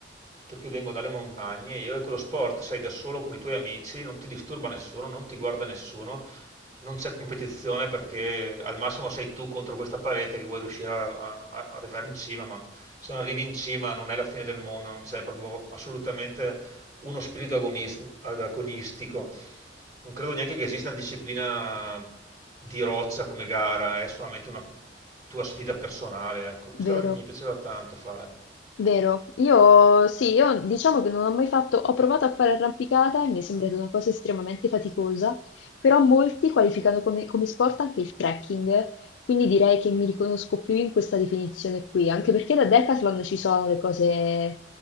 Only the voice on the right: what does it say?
perché vengo dalle montagne, io e quello sport sei da solo con i tuoi amici, non ti disturba nessuno, non ti guarda nessuno, non c'è competizione perché al massimo sei tu contro questa parete che vuoi riuscire a, a- a arrivare in cima, ma se non arrivi in cima non è la fine del mondo, non c'è proprio assolutamente uno spirito agonist- agonistico. Non credo neanche che esista una disciplina di roccia come gara, è solamente una tua sfida personale, ecco. Questa
era- mi piaceva tanto fare.